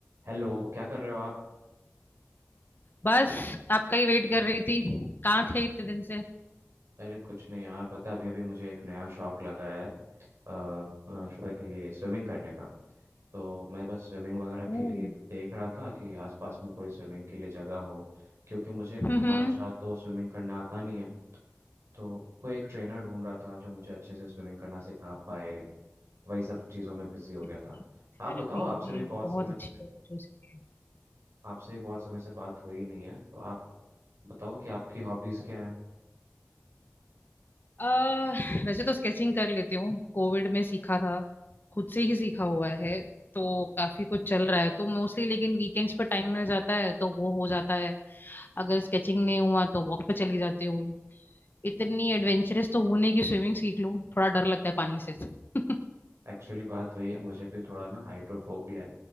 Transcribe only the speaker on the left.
बस आपका ही वेट कर रही थी कहाँ थे इतने दिन से
ओह,
हम्म हम्म
इतनी
थेरेपी
में
बहुत
अच्छी
बात है जो सीखी है।
अह, वैसे तो स्केचिंग कर लेती हूँ कोविड में सीखा था खुद से ही सीखा हुआ है तो काफी कुछ चल रहा है तो मोस्टली लेकिन वीकेंड्स पर टाइम मिल जाता है तो वो हो जाता है अगर स्केचिंग नहीं हुआ तो वॉक पे चली जाती हूँ इतनी एडवेंचरस तो होने की स्विमिंग सीख लूँ थोड़ा डर लगता है पानी से <laughs>